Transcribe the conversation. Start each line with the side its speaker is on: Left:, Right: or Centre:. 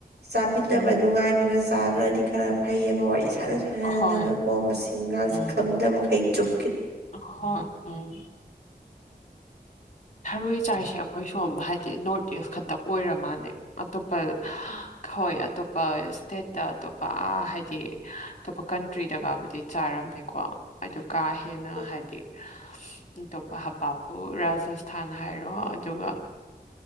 Right: ꯆꯥꯕꯤꯅꯕ
Left: ꯎꯝ
Right: ꯅꯨꯡꯉꯥꯏꯕꯒ ꯆꯥꯈ꯭ꯔꯗꯤ ꯈꯔ ꯐꯩꯑꯕ ꯋꯥꯔꯤ ꯁꯥꯟꯅ ꯁꯥꯟꯅꯗꯅꯀꯣ
Left: ꯍꯣꯏ
Right: ꯃꯁꯤ ꯤꯡꯒꯥꯁꯤ
Left: ꯎꯝ
Right: ꯈꯪꯗꯕ ꯃꯈꯩ ꯆꯨꯞ
Left: ꯍꯣꯏ ꯎꯝ ꯊꯔꯣꯏ ꯆꯥꯛꯁꯦ ꯑꯩꯈꯣꯏ ꯁꯣꯝ ꯍꯥꯏꯗꯤ ꯅꯣꯔꯠ ꯏꯁ ꯈꯛꯇ ꯑꯣꯏꯔ ꯃꯥꯜꯂ ꯑꯇꯣꯞꯄ ꯍꯣꯏ ꯑꯇꯣꯞꯄ ꯁ꯭ꯇꯦꯠꯇ ꯑꯇꯣꯞꯄ ꯍꯥꯏꯗꯤ ꯑꯇꯣꯞꯄ ꯀꯟꯇ꯭ꯔꯤꯗꯒꯕꯨꯗꯤ ꯆꯥꯔꯝꯅꯤ ꯀꯣ ꯑꯗꯨ ꯀꯥ ꯍꯦꯟꯅ
Right: ꯎꯝ
Left: ꯍꯥꯏꯗꯤ ꯑꯇꯣꯞꯄ ꯍꯕꯥꯞ ꯑꯣ ꯔꯥꯖꯁꯊꯥꯟ ꯍꯥꯏꯔꯣ ꯑꯗꯨꯒ